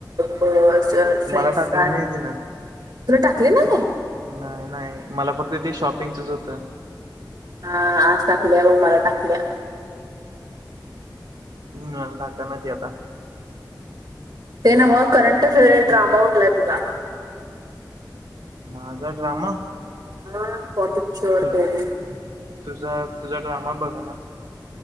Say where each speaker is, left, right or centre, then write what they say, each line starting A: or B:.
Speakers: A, on the right; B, on the right.
A: फ्रेंच
B: मला टाकली
A: प्राईज
B: नाही तिनं.
A: तुला टाकले नव्ह ते
B: नाही, नाही मला फक्त ते शॉपिंगचच होतं
A: हा आज टाकल्या बग मला टाकल्या
B: ह टाकान ती आता
A: ते ना मग करंट फेअर ड्रामा उठलाय तुझा
B: माझा ड्रामा
A: मग
B: तू तुझा, तुझा ड्रामा बघनास.